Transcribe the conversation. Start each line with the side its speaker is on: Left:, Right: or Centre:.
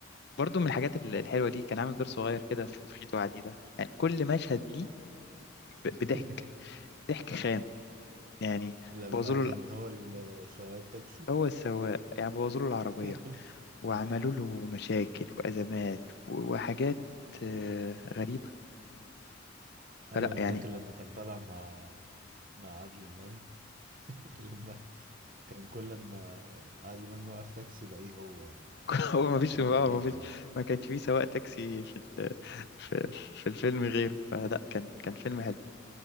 Left: برضه من الحاجات ال- الحلوة دي كان عامل دور صغير كده في في خيط وعديدة يعني كل مشهد ليه ب-
Right: <laughs>
Left: بضحك ضحك خام يعني
Right: لما
Left: بوظوا
Right: كان
Left: له ال-
Right: هو ال- سواق التاكسي
Left: هو السواق يعني بوظوا له العربية
Right: <laughs>
Left: وعملوا له مشاكل وأزمات و- وحاجات آه، غريبة
Right: أيوه
Left: فلا
Right: أنا
Left: يعني
Right: فاكر لما كان طالع مع مع عادل إمام <laughs> لما كان كل لما عادل إمام يوقف تاكسي يلاقيه هو
Left: <laughs> هو ما فيش
Right: محمد
Left: ما
Right: هنيدي
Left: فيش
Right: يعني.
Left: ما كانش فيه سواق تاكسي في ال- في, في الفيلم غيره فلا كان كان فيلم حلو